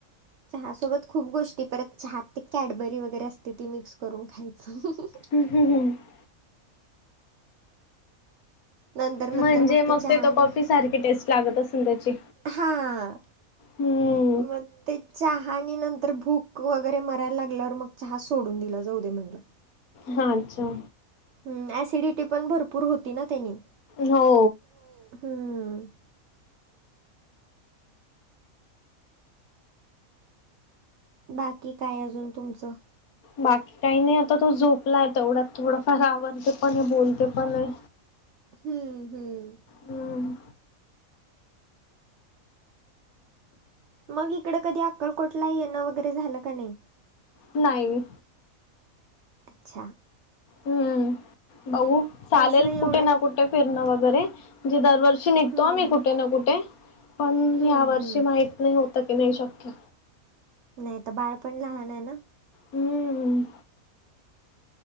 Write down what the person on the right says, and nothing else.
चहा सोबत खूप गोष्टी परत चहात ते कॅडबरी वगैरे असते ती मिक्स करून खायचं.
नंतर
नंतर
चहा
आणि
हा
मग ते चहा आणि नंतर भूक वगैरे मरायला लागल्यावर मग चहा सोडून दिला जाऊ दे म्हणलं.
हम ऍसिडिटी पण भरपूर होती ना त्यांनी.
हो हम्म बाकी काय अजून तुमचं?
हम्म हम्म
मग इकडं कधी अक्कलकोटला येणं वगैरे झालं का नई?
अच्छा.
मग असं एवढं
हम्म
हम्म
हम्म.
नाही तर बाळ पण लहान आहे ना,